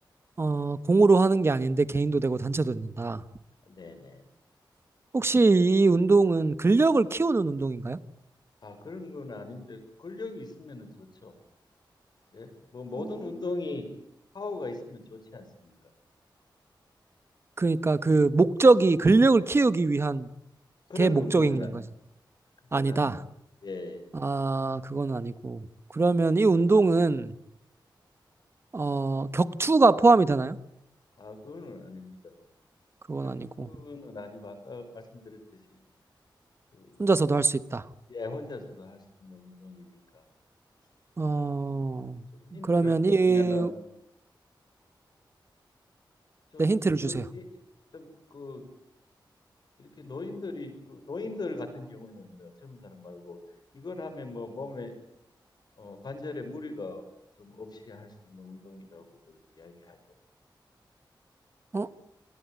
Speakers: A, on the right; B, on the left.
A: 어, 공으로 하는 게 아닌데 개인도 되고 단체도 된다.
B: 네, 네.
A: 혹시 이 운동은 근력을 키우는 운동인가요?
B: 아, 그런 건 아닌데 권력이 있으면은 좋죠. 예. 뭐 모든
A: 어,
B: 운동이 파워가 있으면 좋지 않습니까?
A: 그러니까 그 목적이 근력을 키우기 위한
B: 그런
A: 게 목적인
B: 운동은 안-
A: 거지.
B: 그건
A: 아니다.
B: 아닙니다. 예.
A: 아, 그건 아니고. 그러면 이 운동은, 어, 격투가 포함이 되나요?
B: 아, 그거는 아닙니다.
A: 그건
B: 격투는
A: 아니고.
B: 아니고 아까 말씀드렸듯이 그
A: 혼자서도 할 수 있다.
B: 예, 혼자서도 할 수 있는 운동이니까
A: 어,
B: 그리고 뭐 좀 힌트를
A: 그러면
B: 드리면은
A: 이,
B: 좀
A: 네, 힌트를
B: 이걸
A: 주세요.
B: 좀 그 이렇게 노인들이 그 노인들 같은 경우에는 젊은 사람 말고 이걸 하면 뭐 몸에 어, 관절에 무리가 좀 없이 할 수 있는 운동이라고들 이야기하죠.
A: 어,